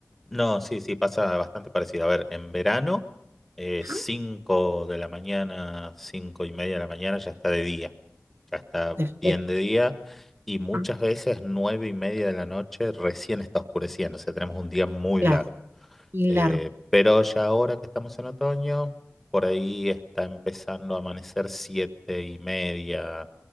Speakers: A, in the centre; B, on the right (about 50°).
A: No, sí, sí, pasa bastante parecido. A ver, en verano, eh,
B: Ajá,
A: 5 de la mañana, 5 y media de la mañana ya está de día, ya está
B: perfecto.
A: bien de día y muchas
B: Ah,
A: veces 9 y media de la noche recién está oscureciendo, o sea, tenemos un día muy
B: claro,
A: largo.
B: y
A: Eh,
B: largo,
A: pero ya ahora que estamos en otoño, por ahí está empezando a amanecer 7 y media,